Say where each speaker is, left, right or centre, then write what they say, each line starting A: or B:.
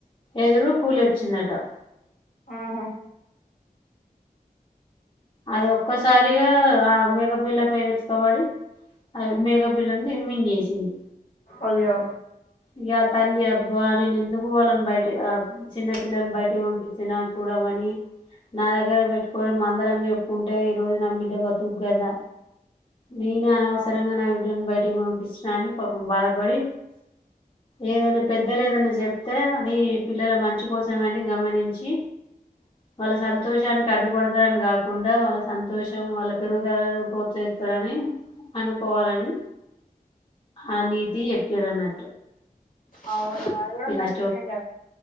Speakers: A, on the left; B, on the left.
A: ఎదురు పూలి వచ్చిందట <inaudible>
B: ఆహా
A: అది ఒక్కసారిగా ఆ మేక పిల్ల పై విరుచుక బడి అది మేక పిల్లను మింగేసింది
B: అయో
A: ఇగ తల్లి అబ్బా నేను ఎందుకు వాళ్ళని బయటి చిన్నపిల్లలను బయటకి పంపించిన దమని నా దగ్గర పెట్టుకొని మందల మేపుకుంటే ఈ రోజు నా బిడ్డ బతుకు కదా నేనే అనవసరంగా
B: ఆ
A: నా బిడ్డని బయటికి పంపించిన అని పాపం బాధపడి ఏదైనా పెద్ద పెద్దలు ఏదన్నా చెప్తే అది పిల్లల మంచి కోసము అని గమనించి వాళ్ళ సంతోషానికి అడ్డుపడతారని కాకుండా వాళ్ళ సంతోషం వాళ్ళ పెరుగుదలను ప్రోత్స సారని అని అనుకోవాలని ఆ నీతి చెప్పిరు అన్నా
B: అవునా అది కూడా మంచికే
A: ఆ
B: గాధ